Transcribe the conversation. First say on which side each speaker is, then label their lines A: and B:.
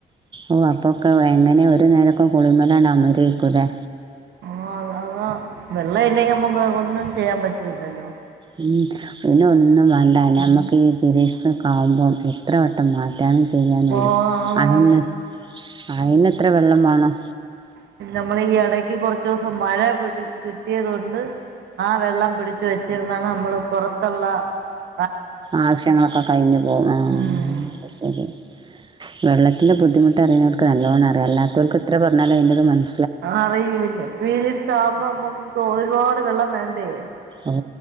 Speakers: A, on the right (about 25°); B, on the right (about 75°).
A: ഓ അപ്പോക്കെ എങ്ങനെയ ഒരു നേരക്കെ കുളിമലമരേക്കും ല്ലേ?
B: അ അതാ വെള്ള ഇല്ലെങ്കിൽ നമുക്ക് ഒന്നും ചെയ്യാൻ പറ്റൂല്ലല്ലോ?
A: ഉ പിന്നെ ഒന്നും വേണ്ടന്ന നമ്മുക്ക് പിരീഡ്സ് ഒക്കെ ആവുമ്പോം എത്ര വട്ടം മാറ്റി സ്കാൻ ചെയ്യാനുണ്ട്
B: പോണാണ്
A: <unintelligible> വേണം
B: പിന്നെ നമ്മള് ഈ എടക്ക് കൊറച്ച്- കൊറച്ചു ദിവസം മഴ കിട്ടിയതു കൊണ്ട് ആ വെള്ളം പിടിച്ചു വെച്ചിരുന്നാണ് നമ്മള് പുറ- <unintelligible>
A: ആവശ്യങ്ങളൊക്കെ കഴിഞ്ഞു പോകും ആ
B: ഉം
A: അത് ശരി വെള്ളത്തിന്റെ ബുദ്ധിമുട്ട് അറിയുന്നവർക്ക് നല്ലോണം അറിയാം അല്ലാത്തവർക്ക് എത്ര പറഞ്ഞാലും അതിൻ്റെത് മന-
B: അറിയൂല്ല പീരയഡ്സ് ആകുമ്പോ നമ്മുക്ക് ഒരുപാട് വെള്ളം വേണ്ട <unintelligible>
A: ഓ